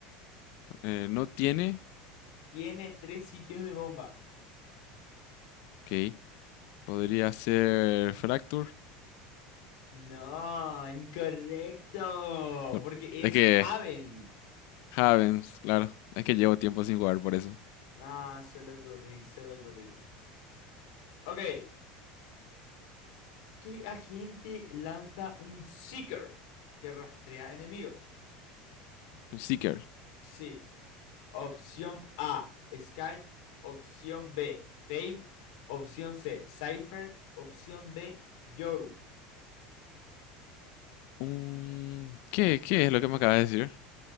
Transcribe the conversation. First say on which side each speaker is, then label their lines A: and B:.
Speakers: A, on the left (about 55°); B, on the left (about 70°).
A: Eh, no tiene,
B: Tiene tres sitios de bomba.
A: ok. Podría ser Fracture.
B: No, incorrecto,
A: Cor-
B: porque
A: Es
B: es
A: que
B: Haven.
A: Havens, claro. Es que llevo tiempo sin jugar por eso.
B: Ah, suele ocurrir, suele ocurrir. Ok, ¿qué agente lanza un Seeker que rastrea enemigos?
A: Un Seeker.
B: Sí. Opción A, Sky. Opción B, Fade. Opción C, Cypher. Opción D, Yoru.
A: Un... ¿Qué, qué es lo que me acabas de decir?